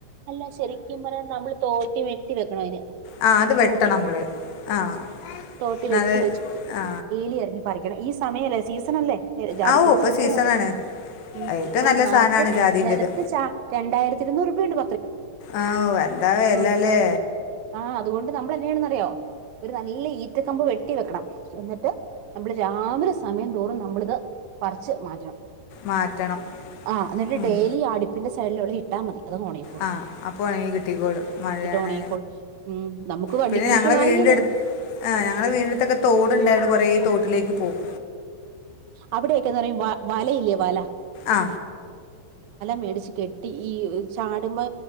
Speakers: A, on the right; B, on the left.
A: അല്ല ശരിക്കും പറ ഞമ്മൾ തോട്ടി വെട്ടി വെക്കണം അയിന്
B: ആ അത് വെട്ടണം
A: തൊട്ടി
B: നമ്മൾ ആ
A: തൊട്ടി
B: എന്നാൽ
A: കെട്ടി
B: ആ
A: ല് ഈ സമയല്ലേ സീസൺ അല്ലെ ജാതിക്കയുടെ
B: ആ ഓ ഇപ്പോൾ
A: സീസൺ
B: സീസണാണ്
A: ആണിത്. ഉം
B: ഏറ്റവും
A: അപ്പൊനറച്ച്
B: നല്ല സാധനമാണ് ജാതിൻ്റേത്
A: നിലത്ത് രണ്ടായിരത്തി ഇരുന്നൂറ് രൂപ ഉണ്ട്
B: ആ എന്താ വില
A: ഉം
B: അല്ലേ
A: ആ അത് കൊണ്ട് നമ്മൾ എന്ത് ചെയ്യണമെന്ന് അറിയോ? ഒരു നല്ല ഈറ്റ കമ്പ് വെട്ടി വെക്കണം. എന്നിട്ട് നമ്മൾ രാവിലെ സമയം തോറും നമ്മൾ ഇത് പറിച്ച് മാറ്റണം.
B: മാറ്റണം
A: ആ എന്നിട്ട്
B: ഉം.
A: ഡയലി അടുപ്പിൻ്റെ സൈഡ് ലെ ട്ട മതി അത് ഉണങ്ങി ക്കൊ
B: അഅപ്പൊ ഒണങ്ങി കിട്ടികൊളും മഴ അണെ
A: ഒണങ്ങിക്കോളും ഉം നമുക്ക് വണ്ടിക്കുരുക്കളാകേലേ
B: പിന്നെ ഞങ്ങളുടെ വീടിനടുത്ത് ഞങ്ങളുടെ വിടിനടുത്ത് തോട് ഉണ്ടയൊൻണ്ട് കോറെ ത്തോട്ടിലേക്ക് പ്പൊവും
A: അവിടെക്കെന്ന് പറയുമ്പോ വലയില്ലേ വല
B: ആ
A: മേടിച്ച് കെട്ടി ഈ ചാടുമ്പോ